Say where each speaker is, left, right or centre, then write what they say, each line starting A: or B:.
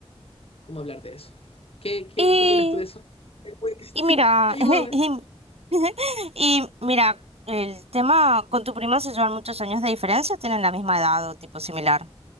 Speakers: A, on the left; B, on the right.
A: cómo hablar de eso. ¿Qué, qué,
B: Y,
A: qué opinas tú de eso? Eh, pues,
B: y
A: sí,
B: mira,
A: ayúdame.
B: <laughs> y, <laughs> y mira, el tema con tu prima se llevan muchos años de diferencia, tienen la misma edad o tipo similar.